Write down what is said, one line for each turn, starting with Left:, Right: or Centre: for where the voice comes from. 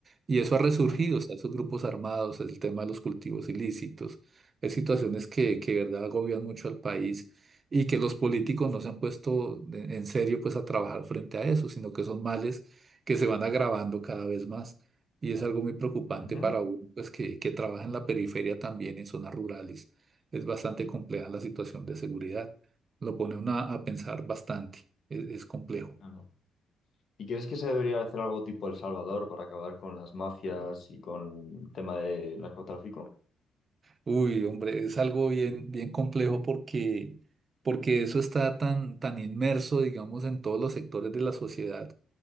Right: Y eso ha resurgido,
Left: ujú,
Right: o sea, esos grupos armados, el tema de los cultivos ilícitos, es situaciones que, que de verdad agobian mucho al país y que los políticos no se han puesto en en serio, pues, a trabajar frente a eso, sino que son males que se van agravando cada vez más y es algo muy preocupante
Left: ujú.
Right: para uno, pues que, que trabaja en la periferia también, en zonas rurales. Es bastante
Left: ¿Y,
Right: compleja la situación de seguridad. Lo pone uno a, a pensar bastante, es es complejo.
Left: claro. y crees que se debería hacer algo tipo El Salvador para acabar con las mafias y con el tema de narcotráfico?
Right: Uy, hombre, es algo bien, bien complejo porque, porque eso está tan, tan inmerso, digamos, en todos los sectores de la sociedad.